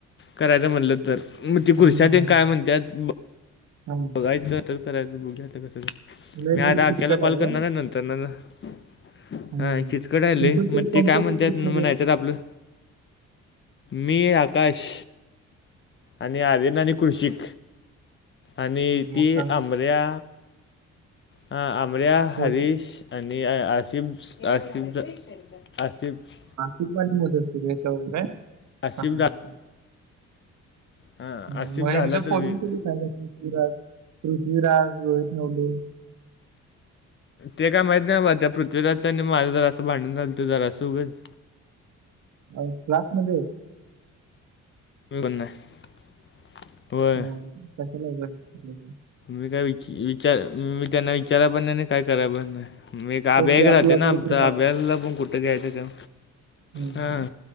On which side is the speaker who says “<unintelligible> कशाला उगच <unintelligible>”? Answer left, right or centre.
Right